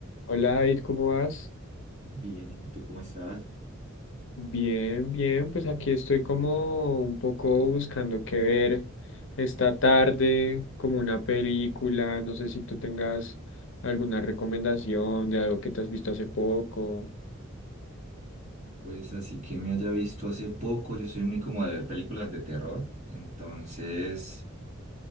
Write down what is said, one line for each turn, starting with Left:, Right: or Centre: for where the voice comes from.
Left: Hola David, ¿cómo vas?
Right: Bien, ¿y que tú cómo estás?
Left: Bien, bien, pues aquí estoy como un poco buscando qué ver esta tarde, como una película, no sé si tú tengas alguna recomendación de algo que te has visto hace poco.
Right: Pues así que me haya visto hace poco, yo soy muy como de ver películas de terror, entonces